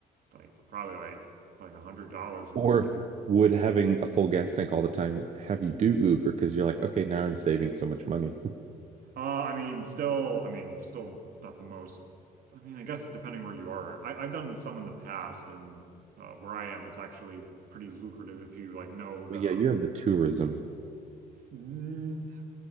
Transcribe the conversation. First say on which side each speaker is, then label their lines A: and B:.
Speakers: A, on the right; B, on the right.
A: like probably like like a hundred dollars a
B: Or
A: week if you
B: would having a full gas tank all the time have you do Uber because you're like, okay, now I'm saving so much money? <laughs>
A: Uh, I mean, still, I mean, still not the most. I mean, I guess depending where you are, I, I've done some in the past, and uh, where I am, it's actually pretty lucrative if you like know the.
B: Well, yeah, you have the tourism.
A: Mm,